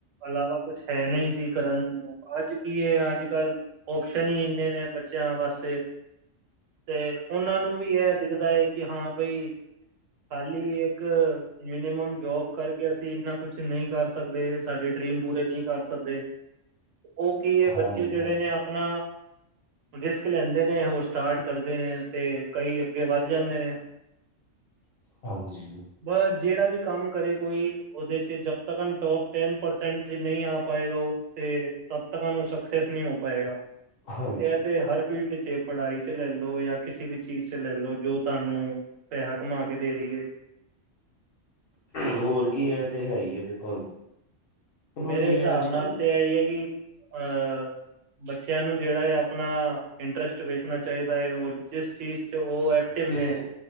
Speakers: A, on the right (about 85°); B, on the left (about 55°).
A: ਇਲਾਵਾ ਕੁਛ ਹੈ ਨਹੀਂ ਸੀ ਕਰਨ ਨੂੰ, ਅੱਜ ਕੀ ਹੈ, ਅੱਜ-ਕੱਲ੍ਹ ਓਪਸ਼ਨ ਹੀ ਇਨੇ ਬੱਚਿਆਂ ਵਾਸੇ ਤੇ ਉਹਨਾਂ ਨੂੰ ਵੀ ਇਹ ਦਿਖਦਾ ਹੈ ਕਿ ਹਾਂ ਬਾਈ ਖਾਲੀ ਇੱਕ ਮਿਨੀਮਮ ਜੋਬ ਕਰਕੇ ਅਸੀਂ ਇੰਨਾ ਕੁਛ ਨਹੀਂ ਕਰ ਸਕਦੇ, ਸਾਡੇ ਡਰੀਮ ਪੂਰੇ ਨਹੀਂ ਕਰ ਸਕਦੇ। ਉਹ ਕੀ ਹੈ, ਬੱਚੇ
B: ਹਾਂਜੀ
A: ਜਿਹੜੇ
B: ਹਾਂਜੀ
A: ਨੇ ਆਪਣਾ ਰਿਸਕ ਲੈਂਦੇ ਨੇ, ਹੋ ਸਟਾਰਟ ਕਰਦੇ ਨੇ ਤੇ ਕਈ ਅੱਗੇ ਵੱਧ ਜਾਂਦੇ ਨੇ।
B: ਹਾਂਜੀ
A: ਬ, ਜਿਹੜਾ ਵੀ ਕੰਮ ਕਰੇ ਕੋਈ, ਉਹਦੇ 'ਚ ਜਬ ਤੱਕ ਟੋਪ ਟੈਨ ਪਰਸੈਂਟ 'ਚ ਨਹੀਂ ਆ ਪਾਏਗਾ, ਉਹ ਤੇ ਤਬ ਤਕਨ ਓ ਸਕਸੈਸ ਨੀ ਹੋ ਪਾਏਗਾ,
B: ਹਾਂਜੀ
A: ਤੇ ਇਹ ਤੇ ਹਰ ਫੀਲਡ 'ਚ ਏ ਪੜ੍ਹਾਈ। ਚ ਲੈ ਲੋ, ਜਾਂ ਕਿਸੇ ਵੀ ਚੀਜ਼ ਚ ਲੈ ਲੋ, ਜੋ ਤੁਹਾਨੂੰ ਪੈਸਾ ਕਮਾ ਕੇ ਦੇ ਰਹੀ ਹੈ।
B: ਹੋਰ ਕੀ, ਇਹ ਤੇ ਹੈ ਹੀ ਹੈ, ਦੇਖੋ ਹੁਣ। ਉਹਨੂੰ
A: ਮੇਰੇ
B: ਇਹ
A: ਹਿਸਾਬ
B: ਅੱਜ
A: ਨਾਲ
B: ਕੱਲ
A: ਤੇ ਇਹ ਹੀ ਹੈ ਕਿ ਅਹ ਬੱਚਿਆਂ ਨੂੰ ਜਿਹੜਾ ਐ ਆਪਣਾ ਇੰਟਰਸਟ ਵੇਖਣਾ ਚਾਹੀਦਾ ਐ, ਉਹ ਜਿਸ ਚੀਜ਼ 'ਚ ਉਹ ਏ ਤਿਰਨੇ,
B: ਤੇ